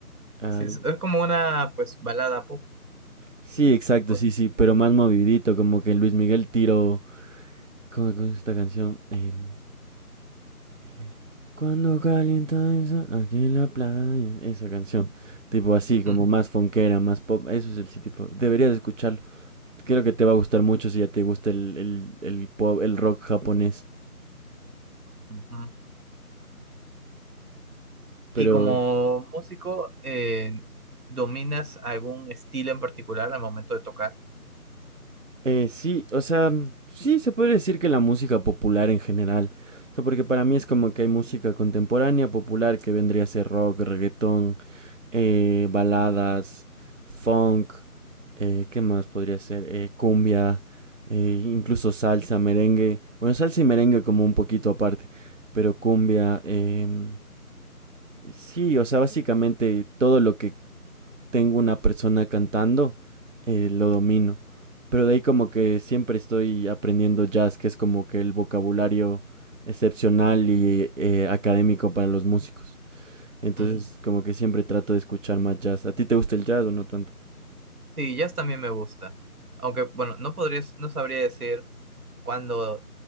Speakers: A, on the right; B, on the right.
A: Al...
B: Sí, es es como una pues balada pop.
A: Sí, exacto,
B: o-
A: sí, sí, pero más movidito, como que Luis Miguel tiró. ¿Cómo, cómo es esta canción? Em, eh, cuando calienta esa, aquí en la playa, esa canción. Tipo así, como
B: mm.
A: más funkera, más pop. Eso es el sí, tipo. Deberías escucharlo. Creo que te va a gustar mucho si ya te gusta el, el, el pop, el rock japonés.
B: Ujú.
A: Pero
B: Y como músico, eh, ¿dominas algún estilo en particular al momento de tocar?
A: Eh, sí, o sea, sí se puede decir que la música popular en general, o sea, porque para mí es como que hay música contemporánea popular que vendría a ser rock, reggaetón, eh, baladas, funk, eh, ¿qué más podría ser? Eh, cumbia, eh, incluso salsa, merengue, bueno, salsa y merengue como un poquito aparte, pero cumbia, em, sí, o sea, básicamente todo lo que tengo una persona cantando, eh, lo domino. Pero de ahí como que siempre estoy aprendiendo jazz, que es como que el vocabulario excepcional y eh, académico para los músicos. Entonces
B: Ujú.
A: como que siempre trato de escuchar más jazz. ¿A ti te gusta el jazz o no tanto?
B: Sí, jazz también me gusta. Aunque, bueno, no podría, no sabría decir cuándo